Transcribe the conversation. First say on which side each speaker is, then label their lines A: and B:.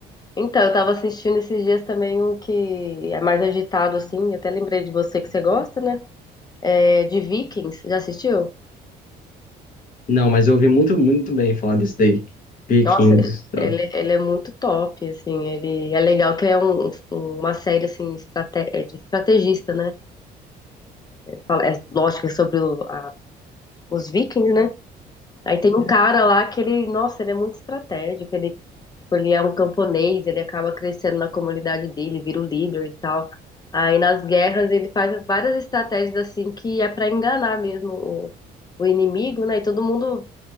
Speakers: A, on the left (about 25°); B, on the left (about 50°).
A: Então, eu tava assistindo esses dias também um que é mais agitado, assim. Até lembrei de você que você gosta, né? É, de Vikings. Já assistiu?
B: Não, mas eu ouvi muito, muito bem falar desse daí. Vikings.
A: Nossa,
B: então.
A: ele, ele é muito top, assim. Ele é legal que é um- um, uma série, assim, estrate- é de estrategista, né? Fala- É, lógico, é sobre o- a- os Vikings, né? Aí tem um cara lá que ele, nossa, ele é muito estratégico, ele, tipo, ele é um camponês, ele acaba crescendo na comunidade dele, vira o líder e tal. Aí nas guerras ele faz várias estratégias assim que é pra enganar mesmo o, o inimigo, né? E todo mundo,